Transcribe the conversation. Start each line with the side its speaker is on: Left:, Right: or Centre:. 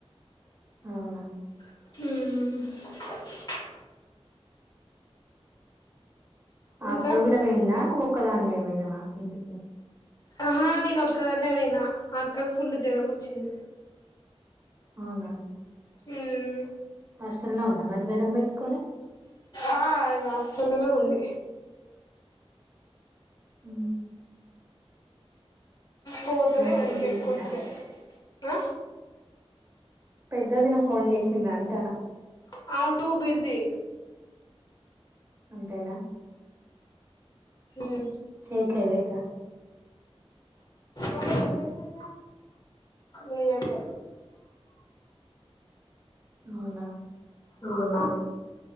Right: అవునా
Left: హ్మ్ ఇంకా
Right: అక్క కూడా పోయిందా నువ్వు ఒక్కదానివే పోయినావా ఇంటికి
Left: ఆహా నేను ఒక్కదన్నే పోయినా అక్కకి ఫుల్ జ్వరం వచ్చింది
Right: అవునా
Left: హ్మ్
Right: హాస్టల్లో ఉందా మరి జ్వరం పెట్టుకొని
Left: ఆ హాస్టల్ లోనే ఉంది
Right: అ
Left: పోతది ఏమో
Right: ఫోన్
Left: ఇంకా
Right: చేసిందా
Left: ఎక్కువ అయితే ఆ
Right: పెద్దదిన ఫోన్ చేసింది అంటాన
Left: హావు టూ బిజీ
Right: అంతేనా
Left: హ్మ్
Right: చేయట్లేదా ఇగ
Left: ఒక ఉద్దేశం వేయట
Right: అవునా
Left: అవునా